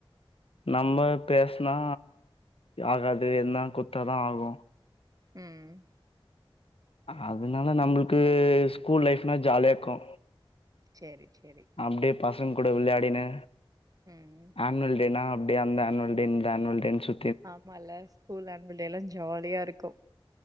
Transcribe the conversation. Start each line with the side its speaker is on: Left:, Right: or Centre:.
Left: நம்ம பேசனா ஆகாது எதுனா குத்தா ஆகு
Right: ம்
Left: அதனால நம்புள்க்கு ஸ்கூல் லைஃப்னா ஜாலியாக்கு
Right: சேரி சேரி
Left: அப்டியே பசங்க கூட வெளாடினு
Right: ம்
Left: ஆனுவல் டேனா அப்டி அந்த ஆனுவல் டே இந்த ஆனுவல் டேன் சு
Right: ஆமால ஸ்கூல் ஆனுவல் டேல்லா ஜாலியா இருக்கு